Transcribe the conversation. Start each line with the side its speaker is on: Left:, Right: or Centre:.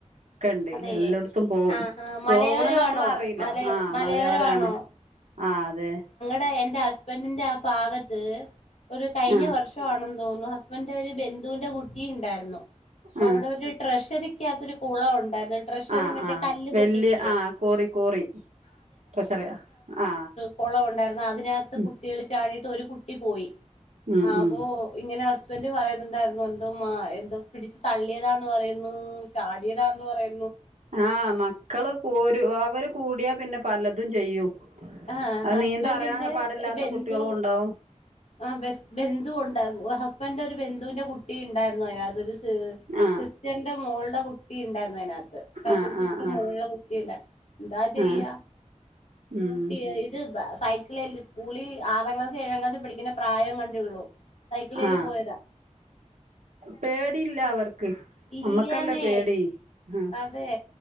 Right: ഒക്കണ്ട്
Left: അതെ
Right: എല്ലായിടത്തും പോവും
Left: ആഹാ
Right: പോവണ
Left: മലയോരമാണോ
Right: നമ്മള അറിയില്ല
Left: മല
Right: ആഹ
Left: മലയോരമാണോ
Right: മലയോരാണ് ആ അതെ
Left: ടെ എന്റെ ഹസ്ബൻഡിന്റെ ആ ഭാഗത്ത് ഒരു കഴിഞ്ഞ
Right: ആഹ്
Left: വർഷ ആണെന്ന് തോന്നുന്നു ന്റെ ഒരു ബന്ധുവിന്റെ കുട്ടി ഉണ്ടായിരുന്നു അ
Right: ആഹ്
Left: അവിടെ ഒരു ട്രഷറിക്കകത്തൊരു കുളം ഉണ്ടായിരുന്നു ട്രഷറർ
Right: ആ ആ
Left: കല്ല്
Right: വലിയ
Left: പൊട്ടിക്കി ല്ലേ
Right: ആ കോറി കോറി ട്രഷറിയാ ആ
Left: കുളവ ഉണ്ടായിരുന്നു അതിനകത്ത്
Right: ഉം
Left: കുട്ടികൾ ചാടിട്ട് ഒരു കുട്ടി പോയി
Right: ഉം
Left: ആ
Right: ഉം
Left: അപ്പൊ ഇങ്ങനെ ഹസ്ബൻഡ് പറയുന്നുണ്ടായിരുന്നു എന്തോ ആ എന്തോ പിടിച്ചു തള്ളിയതാ പറാടലന്ന് പറയ
Right: ആ് മക്കള് അവര് കൂടിയാ പിന്നെ പലതും ചെയ്യും
Left: ആഹ
Right: അത്
Left: ഹസ്ബൻറിിന്റെ
Right: നീന്ത അറിയാൻ പാടില്ലാത്ത
Left: ഒരു ബന്ധു
Right: കുട്ടികളും ഉണ്ടാവും
Left: ആ ബന്ധുണ്ട് ഹസ്ബൻഡ ഒരു ബന്ധു ബിന്ദുവിന്റെ കുട്ടി ഉണ്ടായിരുന്നു അതിനകത്ത്രു
Right: ആ
Left: സിസ്റ്ററിന്റെ മോളുടെ കുട്ടി ഉണ്ടായിരുന്നു അതിനകത്ത് കസിൻ
Right: ആ
Left: സിസ്റ്റർ
Right: ആ ആ
Left: മോനുള്ള കുട്ടിയണ്ട് എന്താ ചെയ്യ
Right: ആ
Left: സ്കൂട്ടി
Right: ഉം
Left: ഇത് സൈക്കിള സ്കൂളിൽ ആറാം ക്ലാസ്സ ഏഴാം ക്ലാസ് പഠിക്കുന്ന പ്രായം കണ്ടുള്ളു സൈക്കിളേൽ
Right: ആ
Left: പോയതാ
Right: പേടിയില്ല അവർക്ക്
Left: ഇല്ലാനേ
Right: നമ്മക്കല്ലേ പേടി ആ
Left: അതെ